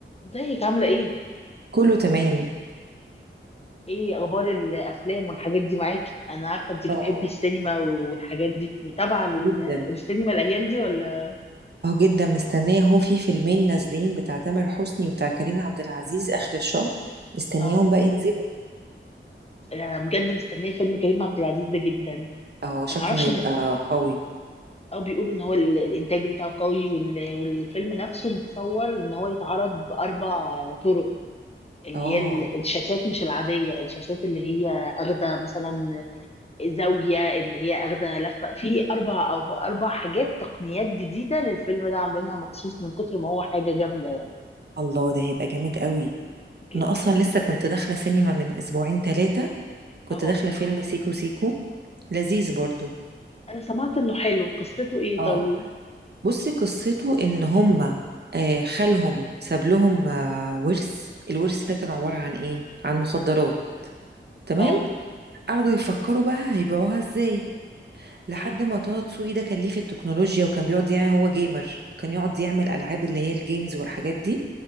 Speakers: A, on the left; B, on the right.
A: ازيك عاملة ايه؟
B: كله تمام
A: ايه اخبار الافلام والحاجات دي معاكي؟ انا عارفة انت بتحبي
B: اه
A: السينما والحاجات دي متابعة ال-
B: جدا
A: السينما الايام دي ولا؟
B: اه جدا مستنية هو في فيلمين نازلين بتاع تامر حسني وبتاع كريم عبد العزيز آخر الشهر مستنياهم
A: اه
B: بقى ينزلوا
A: انا بجد مستنية فيلم كريم عبد العزيز ده جدا
B: اه شكله
A: ما اعرفش
B: هيبقى
A: ان
B: قوي
A: اه بيقولوا ان هو ال- الانتاج بتاعه قوي وال- والفيلم نفسه متصور ان هو يتعرض باربع طرق اللي
B: اه
A: هي ال- الشاشات مش العادية الشاشات اللي هي اخدة مثلا زاوية اللي هي أخدة لفة في أربع أو أربع حاجات تقنيات جديدة للفيلم ده عاملينها مخصوص من كتر ما هو حاجة جامدة يعني
B: الله ده هيبقى جامد قوي
A: جدا
B: انا اصلا لسه كنت داخلة سينما من اسبوعين ثلاثة كنت
A: اه
B: داخلة فيلم سيكو سيكو لذيذ برضو
A: أنا سمعت إنه حلو قصته إيه
B: اه
A: طيب؟
B: بصي قصته ان هما آه، خالهم ساب لهم آه، ورث الورث ده كان عبارة عن ايه عن مخدرات تمام
A: اه
B: قعدوا يفكروا بقى هيبيعوها ازاي لحد
A: أيوه
B: ما طه دسوقي ده كان ليه في التكنولوجيا وكان بيقعد يعني هو جيمر كان يقعد يعمل العاب اللي هي الجيمز والحاجات دي